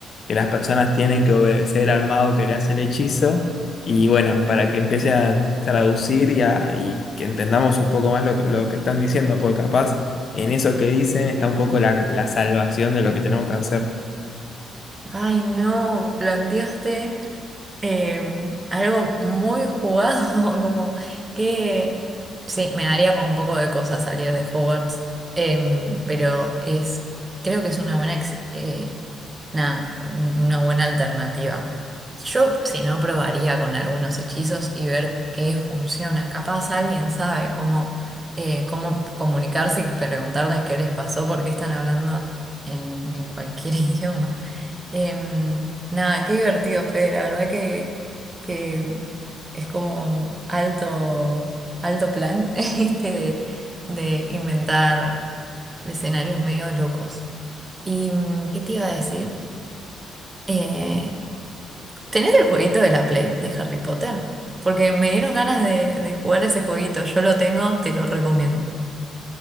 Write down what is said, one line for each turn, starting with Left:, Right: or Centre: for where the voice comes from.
Left: que las personas tienen que obedecer al mago que le hace el hechizo, y bueno, para que empiece a traducir y, a- y que entendamos un poco más lo, lo que están diciendo, porque capaz en eso que dicen está un poco la, la salvación de lo que tenemos que hacer.
Right: Ay, no, planteaste. Eh, algo muy jugado, <laughs> como que sí, me daría como un poco de cosa salir de Hogwarts, em, pero es, creo que es una buena, ex- eh, nada, un- una buena alternativa. Yo, si no, probaría con algunos hechizos y ver qué funciona. Capaz alguien sabe cómo, eh, cómo comunicarse y preguntarles qué les pasó, porque están hablando en, en cualquier <laughs> idioma. Em, nada, qué divertido, Fede. La verdad que, que mm, es como alto, alto plan <laughs> este de, de inventar escenarios medio locos. ¿Y mm, qué te iba a decir? Eh, ¿tenés el jueguito de la Play de Harry Potter? Porque me dieron ganas de, de jugar ese jueguito. Yo lo tengo, te lo recomiendo.